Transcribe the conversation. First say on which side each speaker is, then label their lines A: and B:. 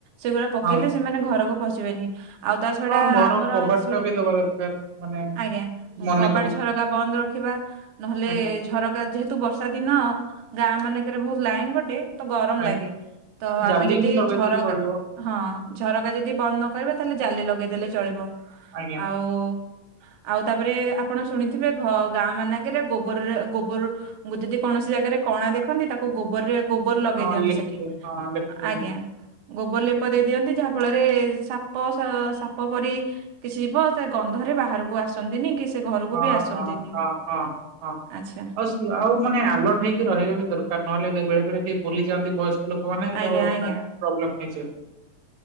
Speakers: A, on the right (about 85°); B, on the right (about 65°).
A: ସେଗୁଡା ପକେଇଲେ
B: ହଁ
A: ସେମାନେ ଘରକୁ ପଶିବେନି ଆଉ ତା ଛଡା
B: ହଁ ଘର
A: ଆମର
B: କବାଟଟା
A: ଶୁଣି
B: ବି ଦବା ଦରକାର ମାନେ
A: ଆଜ୍ଞା
B: ମନେ
A: କବାଟ
B: କରିକି
A: ଝରକା ବନ୍ଦ ରଖିବ ନହେଲେ
B: ଆଜ୍ଞା
A: ଝରକା ଯେହେତୁ ବର୍ଷା ଦିନ ଗାଁ ମାନଙ୍କରେ ବହୁତ ଲାଇନ ଗଟେ ତ ଗରମ
B: ଆଜ୍ଞା
A: ଲାଗେ ତ
B: ଜାଲି
A: ଆମେ ଯଦି
B: ବି ଲଗେଇଦେଲେ
A: ଝରକା
B: ଚଳିବ।
A: ହଁ ଝରକା ଯଦି ବନ୍ଦ ନକ ତାହେଲେ ଜାଲି ଲଗେଇ ଦେଲେ ଚଳିବ
B: ଆଜ୍ଞା
A: ଆଉ ଆଉ ତାପରେ ଆପଣ ଶୁଣିଥିବେ ଗାଁ ମାନଙ୍କରେ ଗୋବରରେ ଗୋବର ଯଦି କୌଣସି ଜାଗାରେ କଣା ଦେଖନ୍ତି ତାକୁ ଗୋବରରେ ଗୋବର ଲଗେଇ
B: ହଁ
A: ଦିଅନ୍ତି
B: ଲେଖିଦିଅ
A: ସେଠି
B: ହଁ ଲେଖିଦିଅ
A: ଆଜ୍ଞା ଗୋବର ଲେପ ଦେଇ ଦିଅନ୍ତି ଯାହା ଫଳରେ ସାପ ସ-ସାପ ପରି ଥିବ ସେ ଗନ୍ଧରେ ବାହାରକୁ ଆସନ୍ତିନି କି ସେ ଘରକୁ
B: ଓହୋ
A: ବି ଆସନ୍ତିନି।
B: ହଁ ହଁ। ହଁ
A: ଆଚ୍ଛା
B: ଆଉ ସ ଆଉ ମାନେ ଆଲର୍ଟ ହେଇକି ରହିବା ବି ଦରକାର ନହେଲେ ବେଳେ ବେଳେ ଟିକେ ଭୁଲି ଯାଆନ୍ତି ବୟସ <unintelligible> ଫୋନରେ
A: ଆଜ୍ଞା
B: ତ
A: ଆଜ୍ଞା
B: ତା ପ୍ରୋବ୍ଲେମ ହେଇଛି।